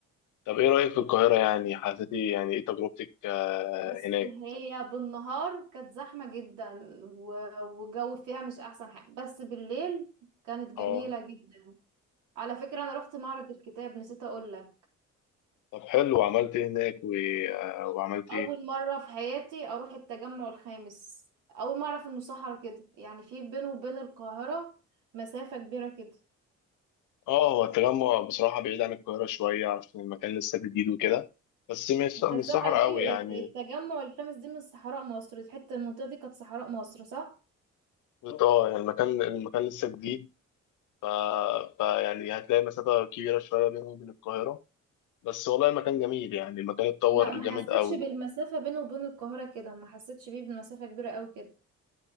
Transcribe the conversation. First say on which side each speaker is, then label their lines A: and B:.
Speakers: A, on the left; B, on the right.
A: طب ايه رأيك في القاهرة يعني حسيتي يعني ايه تجربتك آه،
B: بص
A: هناك
B: هي بالنهار كانت زحمة جدا و- والجو فيها مش أحسن حاجة بس بالليل كانت جميلة
A: اه
B: جدا على فكرة أنا رحت معرض الكتاب نسيت أقول لك
A: طب حلو وعملت ايه هناك و... آه، وعملت
B: أول
A: ايه
B: مرة في حياتي أروح التجمع الخامس أول مرة أعرف إنه صحرا كده يعني في بينه وبين القاهرة مسافة كبيرة كده
A: اه هو التجمع بصراحة بعيد عن القاهرة شوية عشان المكان لسه جديد وكده بس مش
B: انت
A: مش
B: الصحراء
A: صحراء
B: دي
A: قوي يعني
B: التجمع الخامس دي من صحراء مصر الحتة المنطقة دي كانت صحراء مصر صح؟
A: اه يعني المكان المكان لسه جديد ف... فيعني هتلاقي مسافة كبيرة شوية بينه وبين القاهرة بس والله المكان جميل يعني المكان اتطور
B: لا ما
A: جامد
B: حسيتش
A: قوي
B: بالمسافة بينه وبين القاهرة كده ما حسيتش بيه بالمسافة كبيرة قوي كده